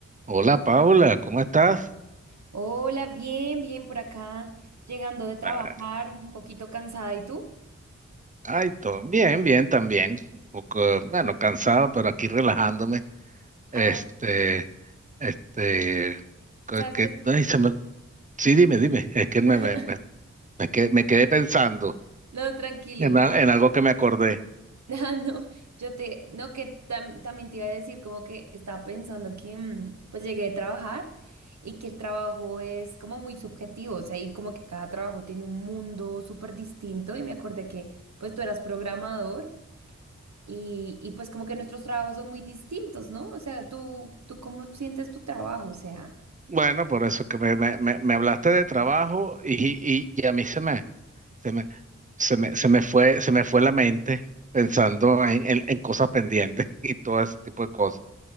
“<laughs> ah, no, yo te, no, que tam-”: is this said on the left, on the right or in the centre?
Right